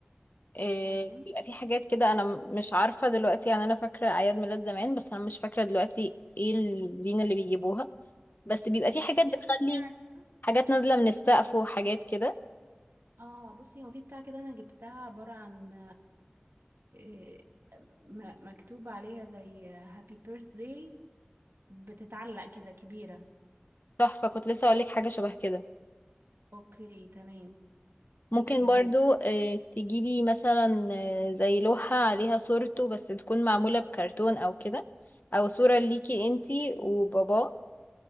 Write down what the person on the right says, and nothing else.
تمام
بصي
هو في بتاع كده
اه بصي هو في بتاع كده انا جبتها عبارة عن إيه، م- مكتوب عليها زي هابي بيرثداي بتتعلق كده كبيرة
اوكي تمام
ايه تاني